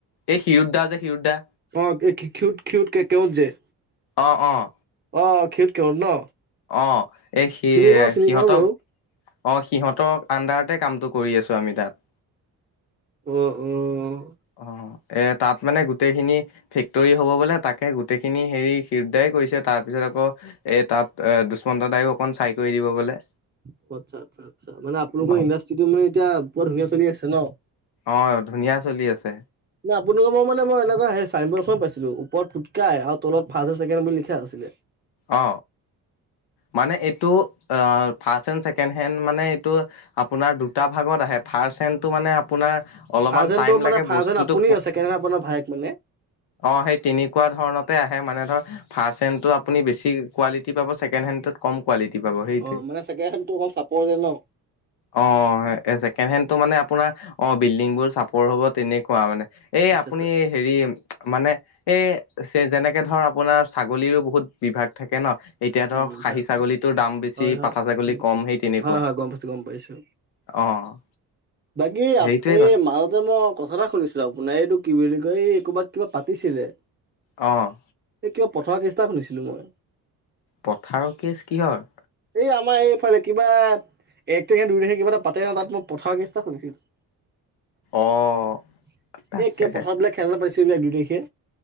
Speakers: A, on the left; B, on the right.
A: এই শিৰোদদা যে শিৰোদা?
B: অ', এই ক্ষীৰোদ-ক্ষীৰোদ ত্ৰেক্টৰত যে?
A: অ'-অ'।
B: অ', খেটখেলত ন?
A: অ', এই সি
B: চিনি পাওঁ চিনি
A: সিহঁতক,
B: পাওঁ বাৰু
A: অ', সিহঁতৰ আনদাৰ তে কামটো কৰি আছো আমি তাত।
B: অ'-অ'।
A: অ'। এ তাত মানে গোটেই খিনি ফেক্টৰী হ'ব বোলে। তাকে গোটেই খিনি হেৰি ক্ষীৰোদ দাই কৰিছে তাৰ পিছত তাৰপিছত আকৌ এ তাত দুষ্মন্ত দাইও অকণ চাই কৰি দিব বোলে।
B: অ', আচ্ছা-আচ্ছা-আচ্ছা। মানে আপোনালোকৰ
A: অ
B: ইণ্ডাষ্ট্ৰি টো মানে এতিয়া বুৰ ধুনীয়া চলি আছে ন?
A: অ ধুনীয়া চলি আছে
B: ন আপোনালোকৰ মই মানে মই এনেকুৱা চাইন বৰ্ড এখন পাইছিলো। ওপৰত ফুটকাই আৰু তলত ফাষ্ট, চেকেণ্ড বুলি লিখা আছিলে।
A: অ'। মানে এইটো ফাৰ্ষ এণ্ ছেকেণ্ড হেড মানে এইটো আপোনাৰ দুটা ভাগত আ ফাৰ্ষ্ট হেণ্টো মানে আপোনাৰ অলপমান
B: ফাৰ্ষটনতটো
A: টাইম লাগে
B: মানে ফাৰ্ষন
A: বস্তুটো
B: আপুনি আছেণ্ডেন আপোনাৰ ভাইক মানে।
A: অ', সেই তেনেকুৱা ধৰণতে আহে মানে ধৰ ফাৰ্ষ্ট হেণ্ডটো আপুনি বেছি কোৱালিটি পাব, ছেকেণ্ড হেণ্ডটো কম কোৱালিটি পাব সেইটোৱে
B: অ', মানে চাগেহেন তো অকণ চাপৰ যে ন?
A: অ', ছেকেণ্ড হেণ্ডটো মানে আপোনাৰ অ', বিল্ডিং বোৰ চাপৰ হ'ব তেনেকুৱা মানে। এই
B: আচ্ছা
A: আপুনি
B: আচ্ছা
A: হেৰি মানে এই যেনেকে ধৰ আপোনাৰ ছাগলীৰো বহুত বিভাগ থাকে ন? এতিয়া ধৰ
B: উম আচ্ছা
A: খাঁহী
B: আচ্ছা
A: ছাগলীটোৰ দাম বেছি
B: হয় হয়
A: পাঠা ছাগলী
B: উম
A: কম হেই তেনেকুৱা।
B: হয় হয় গম পাইছো গম পাইছো।
A: অ'।
B: বাকী
A: সেইটোৱে
B: আ <unintelligible> এই
A: ক
B: মাজতে মোক, কথা এটা শুনিছিলো আপোনাৰ এইটো কি বুলি কয় এই ক'ৰবাত কিবা পাতিছিলে।
A: অ'।
B: এই কিবা পথাৰৰ কেছ এটা শুনিছিলো মই।
A: পথাৰৰ কেছ কিহৰ?
B: এই আমাৰ এইফালে কিবা এক তাৰিখে নে দুই তাৰিখে কিবা এটা পাতে ন তাত মই পথাৰ কেছটা শুনিছিলো।
A: অ', তাকে
B: এই কিয় পথাৰত বোলা খেলা পাতিচিল বুলে দু তাৰিখে?